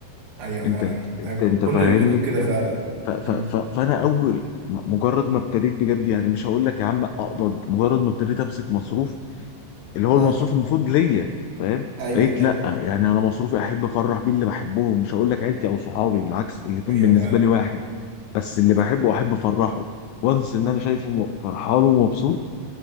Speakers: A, on the right; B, on the left.
A: ايوه
B: انت
A: فعلا
B: انت
A: أيوة،
B: انت
A: كل
B: فاهمني
A: الجدود كده فعلا
B: ف ف
A: مم.
B: ف فانا اول م- مجرد ما ابتديت بجد يعني مش هقول لك يا عم اقبض مجرد ما ابتديت امسك مصروف اللي هو
A: اه
B: المصروف المفروض ليا فاهم
A: ايوه
B: بقيت
A: ايوه
B: لا يعني انا مصروفي احب افرح بيه اللي بحبهم مش هقول لك عيلتي او صحابي بالعكس الاتنين
A: ايوه
B: بالنسبه
A: فعلا
B: لي واحد بس اللي بحبه
A: ايوه
B: احب افرحه وانس ان انا شايفه م- فرحان ومبسوط